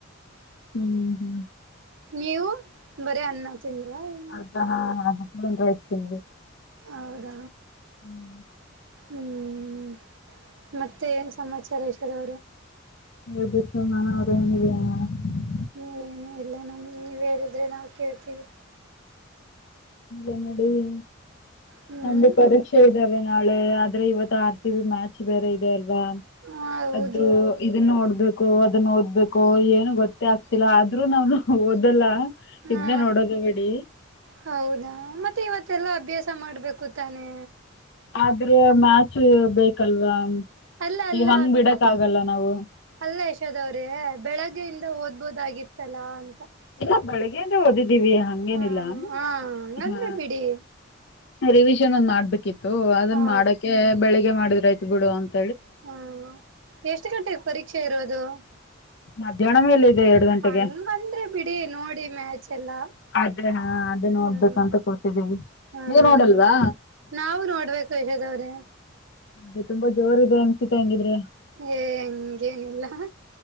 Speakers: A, on the left (about 55°); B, on the right (about 65°).
A: ಹ್ಮ್ ಹ್ಮ್
B: ನೀವು ಬರೀ ಅನ್ನ ತಿಂದ್ರಾ ಏನ್?
A: ಅದಾ ಹಾ ಹ ಹ್ತೇ
B: ಅವದ
A: ಹ್ಮ್
B: ಹ್ಮ್ ಮತ್ತೆ ಏನ್ ಸಮಾಚಾರ ಎಷ್ಟ <inaudible>
A: <inaudible>
B: ಹ್ಮ್ ಏನು ಇಲ್ಲ ನಮ್ ನೀವೇರಿದ್ರೆ ನಾವವು ಕೇಳ್ತೀವಿ
A: ಎಲ್ಲನುಡನು
B: ಹ್ಮ್
A: ನಮ್ದ ಪರೀಕ್ಷೆ ಇದ್ದಾವವೆ ನಾಳೆ ಆದ್ರೆ ಇವತ್ತು ಆರ್ ಸಿ ಬಿ ಮ್ಯಾಚ್ ಬೇರೆ ಇದೆ ಅಲ್ ವಾ
B: ಹೌದು
A: ಅದು ಇದನ್ನು ಹೊಡ್ದ ಅದನ್ನ ಓದ್ಬೇಕು ಏನು ಗೊತ್ತೇ ಆಗ್ತಿಲ್ಲ ಆದ್ರೂ ನಾವ ಓದಲ್ಲ
B: ಹಾ
A: ಇದ್ದ ನೋಡದು ಬಿಡಿ
B: ಹೌದಾ ಮತ್ತೆ ಇವತ್ತಲ್ಲಾ ಅಭ್ಯಾಸ ಮಾಡ ಮಾಡ್ಬೇಕು ತಾನೆ
A: ಆದ್ರೆ ಮ್ಯಾಚು ಬೇಕಲ್ವಾ
B: ಅಲ್ಲ ಅಲ್ಲ
A: ಈಗ ಹಂಗ್ ಬಿಡಕ್ ಆಗಲ್ಲ ನಾವು
B: ಅಲ್ಲ ಯಶೋದ್ ಅವ್ರೇ ಬೆಳಗ್ಗೆಯಿಂದ ಓದ್ಬೋದಾಗಿತ್ತು ಚಲಾಂ
A: ಇ ಬೆಳಗ್ಗೆ ಇಂದ ಓದಿ <unintelligible> ಹಂಗೇನಿಲ್ಲ
B: ಹಾ ಹಾ ಹಂಗಂದ್ರೆ
A: ಹಾ
B: ಬಿಡಿ
A: ರಿವಿಷನ್ ಒಂದ್ ಮಾಡ್ಬಿ ಕಿತ್ತು ಅದನ್ನ
B: ಹಾ
A: ಮಾಡಕ್ಕೆೆ ಬೆಳಿಗ್ಗೆ ಮಾಡಿದ ರೈತಗಳು ಅಂತ್
B: ಹ್ಮ ಎಷ್ಟು ಗಂಟೆಗೆ ಪರೀಕ್ಷೆ ಇರೋದು ಹ್ಮ
A: ಮಧ್ಯಾಹ್ನ ಮೇಲೆ ಇದೆ ಎರಡು ಗಂಟೆಗೆ
B: ಹಂಗಂದ್ರೆ ಬಿಡಿ ನೋಡಿ ದಿ ಮಚ್ ಚಲ್ಲಾ
A: ಅದೇ ಹಾ ಅದೇ ನೋಡ್ಬೇಕಂತ
B: ಹ್ಮ್
A: ಕೂತಿದ್ದೀವಿ
B: ಹ್ಮ
A: ನೀವು ನೋಡಲ್ವಾ
B: ನಾವು ನೋಡ್ಬೇಕು ಯಶೋದಾವ್ರೆ
A: ಅದು ತುಂಬಾ ಜೋರ್ ಇದೆ ಅನ್ಸತ್ತೆ ಹಂಗಿದ್ರೆ
B: ಏ ಹಂಗೇನಿಲ್ಲ ಹ